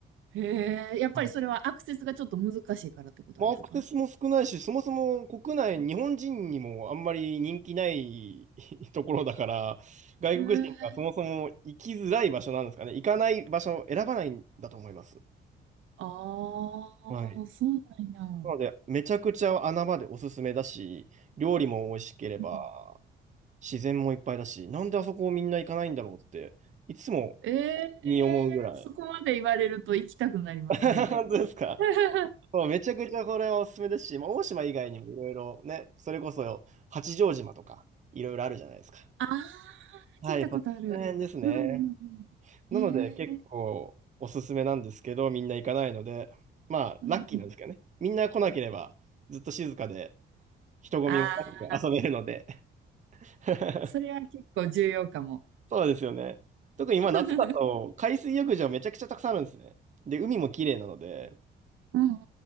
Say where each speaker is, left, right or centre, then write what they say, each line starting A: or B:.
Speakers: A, on the right (about 75°); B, on the right (about 35°).
A: へえ。やっぱりそれはアクセスがちょっと難しいからってことですか
B: はい。まあ、アクセスも少ないし、そもそも国内、日本人にもあんまり人気ない <laughs> ところだから、外国人がそもそも行きづらい場所なんですかね。
A: へえ。
B: 行かない場所を選ばないんだと思います。
A: ああ、
B: はい。
A: そうなんや。
B: なので、めちゃくちゃ穴場でおすすめだし、料理も美味しければ、
A: うん
B: 自然もいっぱいだし、なんであそこをみんな行かないんだろうって、いつも
A: ええ、
B: に思うぐらい。
A: そこまで言われると行きたくなりますね。
B: <laughs> 本当ですか
A: <laughs>
B: そう、めちゃくちゃこれはおすすめですし、まあ、大島以外にもいろいろね、それこそ八丈島とか、いろいろあるじゃないですか。
A: ああ、
B: はい、
A: 聞いたことある。
B: そこら辺ですね。
A: うんうん
B: なので、
A: うん。ええ、
B: 結構おすすめなんですけど、みんな行かないので、まあ、
A: うんうん
B: ラッキーなんですけどね。みんな来なければ、ずっと静かで、人混みもなくて遊べるので、
A: ああ、
B: <laughs>
A: それは結構重要かも。
B: そうですよね。特に今夏だと海水浴場めちゃくちゃたくさんあるんですね。
A: うん
B: で、海も綺麗なので、
A: うんうん